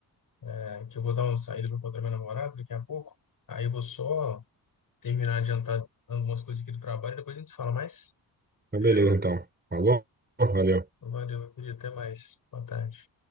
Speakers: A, on the left; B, on the right.
A: é, que eu vou dar uma saída para encontrar minha namorada daqui a pouco. Aí eu vou só terminar de adiantar algumas coisas aqui do trabalho, depois a gente se fala mais.
B: Então,
A: Fechou?
B: beleza, então. Falou? Valeu.
A: Valeu, meu querido. Até mais. Boa tarde.